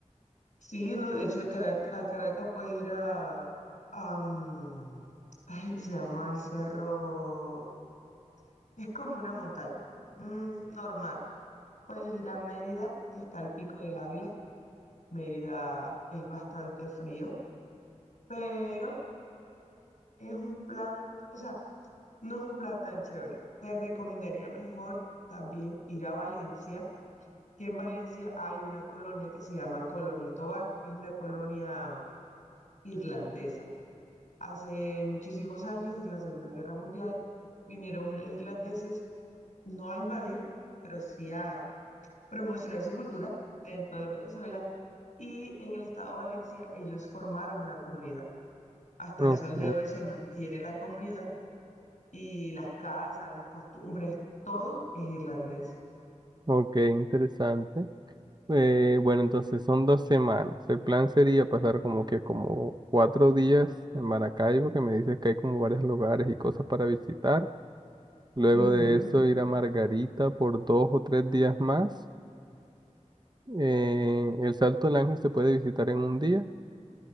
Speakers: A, on the left; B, on the right.
A: Sí, no, de hecho Carac- a Caracas puedes ir a, a, mm, ay, se llama el cerro. Es como una montaña. mm, normal. Puedes ir a Mérida, que está al pico del Ávila. Mérida es bastante frío, pero es un plan, o sea, no es un plan tan chévere. Te recomendaría mejor también ir a Valencia que en Valencia hay una colonia que se llama Colonia Tobar, es una colonia mm, irlandesa. Hace muchísimos años, en la Segunda Guerra Mundial, vinieron unos irlandeses no a invadir, pero sí a promocionar su cultura dentro de Venezuela y en el estado de Valencia ellos formaron una comunidad. Hasta
B: Ok,
A: el sol de hoy se mantiene la comunidad y las casas, las costumbres, todo es irlandés.
B: ok, interesante. Eh, bueno, entonces son dos semanas. El plan sería pasar como que como cuatro días en Maracaibo, que me dices que hay como varios lugares y cosas para visitar. Luego
A: Ujú.
B: de eso ir a Margarita por dos o tres días más. Eh, el Salto del Ángel se puede visitar en un día.